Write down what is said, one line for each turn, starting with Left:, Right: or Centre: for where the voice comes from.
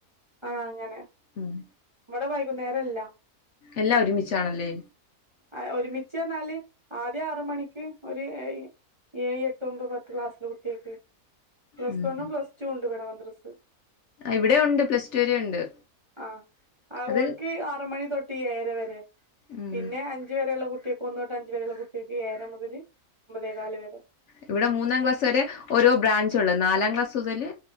Right: ആഹ് അങ്ങനെ
Left: ഉം
Right: ഇവടെ വൈകുന്നേരെല്ലാ
Left: എല്ലാം ഒര്മിച്ചാണല്ലേ
Right: ആഹ് ഒര്മിച്ച് പറഞ്ഞാല് ആദ്യ ആറ് മണിക്ക് ഒര് ഏയ് ഏയ്, എട്ട്, ഒമ്പത്, പത്ത് ക്ലാസ്സിലെ കുട്ട്യേക്ക് പ്ലസ്
Left: ഉം
Right: വണ്ണും പ്ലസ് ടൂണ്ട് ഇവടെ മദ്രസ്സ്
Left: ഇവിടെ ഉണ്ട് പ്ലസ് ടു വരെ ഉണ്ട്
Right: ആഹ് ആഹ്
Left: അത്
Right: ഓൽക്ക് ആറ് മണി തൊട് ട്ട് ഏയെര വെരെ
Left: ഉം
Right: പിന്നെ അഞ്ചു വെരെള്ള കുട്ട്യേക്ക് ഒന്ന് തൊട്ട് അഞ്ചു വരെള്ള കുട്ട്യേക്ക് ഏയെര മുതല് ഒമ്പതേകാല് വരെ
Left: ഇവടെ മൂന്നാം ക്ലാസ് വരെ ഓരോ ബ്രാഞ്ചൊള്ളാ നാലാം ക്ലാസ്സു മുതല്